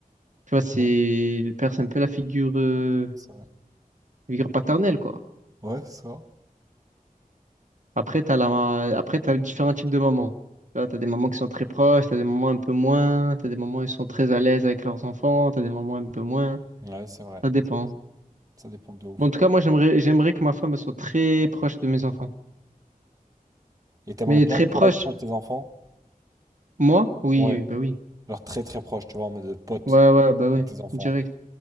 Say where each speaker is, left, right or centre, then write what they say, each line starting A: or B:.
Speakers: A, on the right; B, on the right.
A: Tu vois, c'est,
B: Ouais,
A: le père, c'est un peu la figure, euh,
B: c'est vrai.
A: figure paternelle, quoi.
B: Ouais, ça.
A: Après, t'as la... Après, t'as différents types de mamans. Tu vois, t'as des mamans qui sont très proches, t'as des mamans un peu moins, t'as des mamans qui sont très à l'aise avec leurs enfants, t'as des mamans un peu moins.
B: Ouais, c'est vrai.
A: Ça dépend.
B: c'est vrai. Ça dépend de ouf.
A: Bon, en tout cas, moi, j'aimerais, j'aimerais que ma femme elle soit très proche de mes enfants.
B: Et t'aimerais
A: Mais
B: bien,
A: très proche,
B: toi, être proche de tes enfants?
A: moi? Oui,
B: Ouais.
A: oui, bah oui.
B: Genre très très proche, tu vois, en mode de pote
A: Ouais, ouais, bah oui.
B: avec tes enfants.
A: Direct.